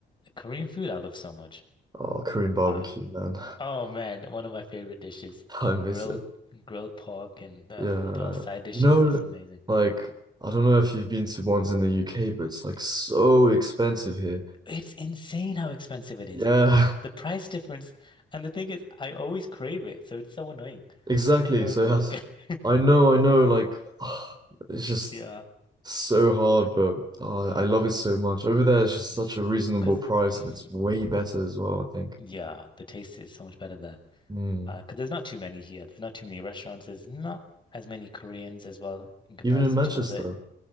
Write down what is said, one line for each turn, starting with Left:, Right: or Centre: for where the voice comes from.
Left: Korean food I love so much.
Right: Oh, Korean barbecue,
Left: Uh,
Right: man.
Left: oh man, one of my favorite dishes.
Right: <laughs> I miss
Left: Grilled
Right: it.
Left: grilled pork and the,
Right: Yeah.
Left: the side dishes.
Right: You know,
Left: It's amazing.
Right: like I don't know if you've been to ones in the UK, but it's like so expensive here.
Left: It's insane how expensive it is.
Right: Yeah. <laughs>
Left: The price difference. And the thing is, I always crave it. So it's so annoying.
Right: Exactly.
Left: I'm going
Right: So
Left: broke.
Right: it has,
Left: <laughs>
Right: I know, I know, like <sighs> it's just
Left: Yeah.
Right: so hard, but uh,
Left: Yeah.
Right: I love it so much. Over there, it's just
Left: Yeah.
Right: such a reasonable
Left: Because,
Right: price
Left: mm,
Right: and it's way better as well, I think.
Left: yeah, the taste is so much better there.
Right: Mm.
Left: Uh, 'cause there's not too many here. There's not too many restaurants. There's not as many Koreans as well in comparison
Right: Even in Manchester.
Left: to other.